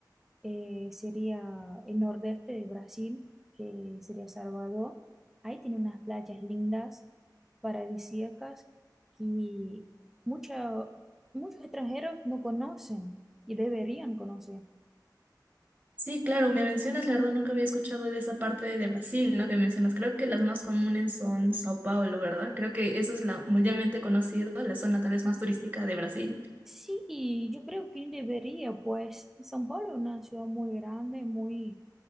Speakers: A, in the centre; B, on the right.
A: eh, sería el nordeste de Brasil, que sería Salvador. Ahí tiene unas playas lindas, paradisíacas, que mucha- muchos extranjeros no conocen y deberían conocer.
B: Sí, claro, me mencionas, la verdad nunca había escuchado de esa parte de Brasil, ¿no? Que mencionas. Creo que las más comunes son Sao Paulo, ¿verdad? Creo que eso es la mundialmente conocida, la zona tal vez más turística de Brasil.
A: Sí, yo creo que debería, pues São Paulo es una ciudad muy grande, muy,